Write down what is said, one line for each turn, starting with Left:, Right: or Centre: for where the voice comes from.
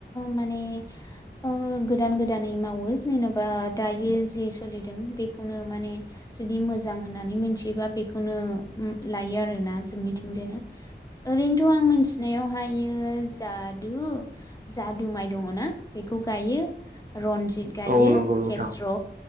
Left: माने ओ गोदान गोदानै मावो जेन'बा दायो जे सोलिदों बेखौनो माने जुदि मोजां होननानै मोनथियोबा बेखौनो लायो आरोना जोंनिथिंजायनो ओरैनोथ' आं मोनथि नायावहायो जादु जादु माइ दङना बेखौ गायो। रनजित गायो
Right: औ नंगौ नोंथां
Left: केस्र'